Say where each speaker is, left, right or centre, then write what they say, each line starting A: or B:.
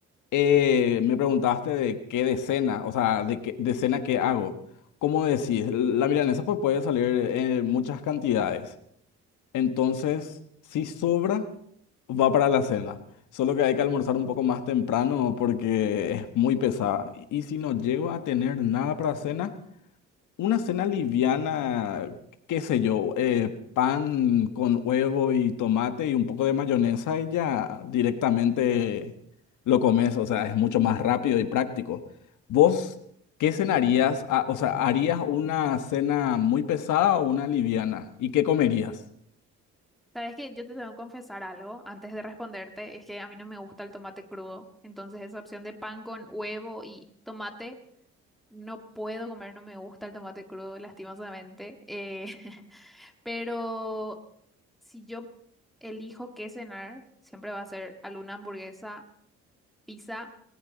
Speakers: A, on the left; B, in the centre.
A: eh, me preguntaste de qué de cena, o sea, de qué de cena qué hago. Como decís, la milanesa pues puede salir en muchas cantidades. Entonces, si sobra... Va para la cena. Solo que hay que almorzar un poco más temprano porque es muy pesada. Y si no llego a tener nada para cena, una cena liviana, qué sé yo, eh, pan con huevo y tomate y un poco de mayonesa y ya directamente lo comes. O sea, es mucho más rápido y práctico. ¿Vos qué cenarías? Ah, O sea, ¿harías una cena muy pesada o una liviana? ¿Y qué comerías?
B: Sabes que yo te tengo que confesar algo antes de responderte, es que a mí no me gusta el tomate crudo, entonces esa opción de pan con huevo y tomate, no puedo comer, no me gusta el tomate crudo, lastimosamente. eh, <laughs> pero Si yo elijo qué cenar, siempre va a ser alguna hamburguesa, pizza